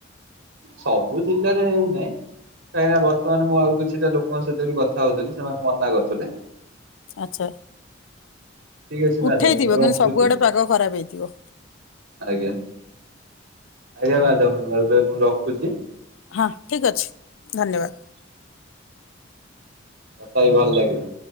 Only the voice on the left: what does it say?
ଆଚ୍ଛା।
ଉଠେଇଥିବ
କିନ୍ତୁ ସବୁଆଡେ ପାଗ ଖରାପ ହେଇଥିବ
ହଁ ଠିକ ଅଛି ଧନ୍ୟବାଦ।